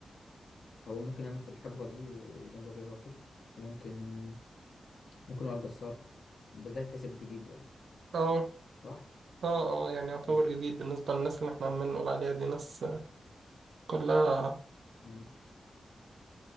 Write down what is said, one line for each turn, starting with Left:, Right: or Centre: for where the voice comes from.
Left: هو ممكن انا في الحقبه دي زي ما بقول وصوف وممكن ممكن وائل جسار بس ده يتحسب جديد برضه
Right: اه
Left: صح
Right: اه اه يعني يعتبر
Left: م-
Right: جديد بالنسبة للناس اللي احنا عمالين نقول عليها دي ناس كلها
Left: م.